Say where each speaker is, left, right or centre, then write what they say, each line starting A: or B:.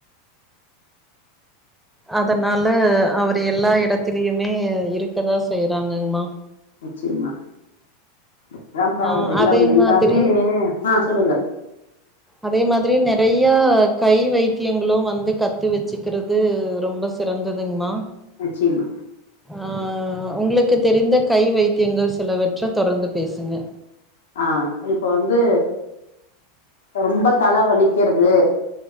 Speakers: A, in the centre; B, on the left.
A: அதனால அவரு எல்லா எடத்திலியுமே இருக்கதா செய்யறாங்கங்மா
B: நிச்சியமா அதாபா
A: ஆ
B: எல்லாம்
A: அதே
B: எல்லாமே
A: மாதிரி
B: ஆ சொல்லுங்க
A: அதே மாதிரி நெறைய கை வைத்தியங்களு வந்து கத்து வேச்சுக்குறது ரொம்ப சிறந்ததுங்மா
B: நிச்சியமா
A: ஆ உங்களுக்கு தெரிந்த கை வைத்தியங்கள் சிலவற்ற தொடர்ந்து பேசுங்க
B: ஆ இப்ப வந்து ரொம்ப தல வலிக்கிறது